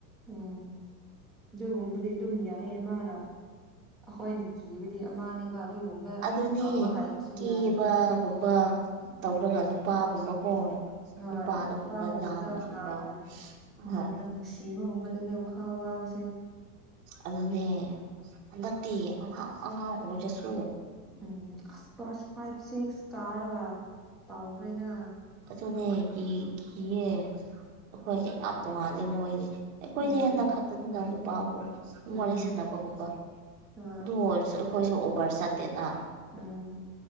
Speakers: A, in the centre; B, on the right (about 50°).
A: ꯎꯝ ꯑꯗꯨꯒꯨꯝꯕꯗꯤ ꯑꯗꯨꯝ ꯌꯥꯏꯌꯦ ꯃꯥꯅ ꯑꯩꯈꯣꯏꯅ ꯀꯤꯕ ꯗꯤ ꯑꯃꯅꯦ ꯑꯗꯨꯒꯨꯝꯕ
B: ꯑꯗꯨꯅꯦ
A: ꯌꯥꯥꯎꯕ ꯍꯥꯏꯕꯁꯨ
B: ꯀꯦꯕꯒꯨꯝꯕ
A: ꯌꯥꯏꯌꯦ ꯎꯝ
B: ꯇꯧꯔꯒ ꯅꯨꯄꯥꯒꯨꯝꯕꯀꯣ
A: ꯍꯣꯏ
B: ꯅꯨꯄꯥꯗꯒꯨꯝꯕ
A: ꯅꯨꯄꯥꯒꯨꯝꯕꯗꯣ
B: ꯂꯥꯡꯕꯒꯨꯝꯕ
A: ꯍꯥꯟꯅ ꯉꯟꯅ
B: ꯍꯣꯏ
A: ꯅꯨꯡꯁꯤꯕꯒꯨꯝꯕꯗꯨꯅꯦꯕ ꯥ ꯑꯋꯥꯕꯁꯦ
B: ꯑꯗꯨꯅꯦ ꯍꯟꯗꯛꯇꯤ ꯑꯉꯥꯡ ꯑꯉꯥꯡ ꯑꯣꯏꯔꯁꯨ
A: ꯎꯝ ꯑꯁ ꯀ꯭ꯂꯥꯁ ꯐꯥꯏꯚ ꯁꯤꯛꯁ ꯀꯥꯔꯒ ꯇꯧꯈ꯭ꯔꯦꯗ
B: ꯑꯗꯨꯅꯦ ꯀꯤ ꯀꯤꯌꯦ ꯑꯩꯈꯣꯏꯒ ꯌꯥꯝ ꯇꯣꯡꯉꯥꯜꯂꯦ ꯃꯣꯏꯗꯤ ꯑꯩꯈꯣꯏꯗꯤ
A: ꯎꯝ
B: ꯍꯟꯗꯛ ꯈꯛꯇꯅꯤꯅ ꯅꯨꯄꯥꯕꯨ ꯑꯗꯨꯝ
A: ꯎꯝ
B: ꯋꯥꯔꯤ ꯁꯥꯟꯅꯕꯒꯨꯝꯕ
A: ꯍꯣꯏ
B: ꯑꯗꯨ ꯑꯣꯏꯔꯁꯨ ꯑꯩꯈꯣꯏꯁꯨ ꯑꯣꯕ꯭ꯔ ꯆꯠꯇꯦꯅ
A: ꯎꯝ